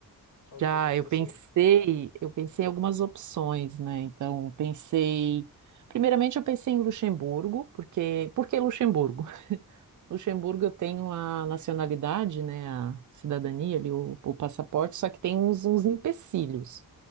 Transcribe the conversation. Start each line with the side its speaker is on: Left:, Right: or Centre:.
Left: Al-
Right: Já,
Left: Alguma coisa
Right: eu pensei,
Left: assim?
Right: eu pensei em algumas opções, né? Então, pensei, primeiramente eu pensei em Luxemburgo, porque, por que Luxemburgo? Luxemburgo tem a nacionalidade, né, a cidadania ali, o, o passaporte, só que tem uns, uns empecilhos,